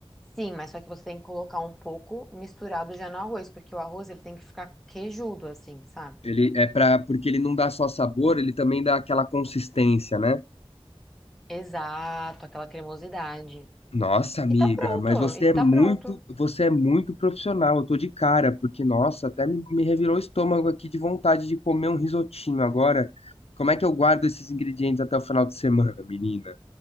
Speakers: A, in the centre; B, on the left.
A: Sim, mas só que você tem que colocar um pouco misturado já no arroz, porque o arroz ele tem que ficar queijudo assim, sabe?
B: Ele é para porque ele não dá só sabor, ele também dá aquela consistência, né?
A: Exato, aquela cremosidade.
B: Nossa, amiga,
A: E tá pronto,
B: mas você
A: e
B: é
A: tá
B: muito,
A: pronto.
B: você é muito profissional. Eu tô de cara, porque nossa, até me, me revirou o estômago aqui de vontade de comer um risotinho agora. Como é que eu guardo esses ingredientes até o final de semana, menina?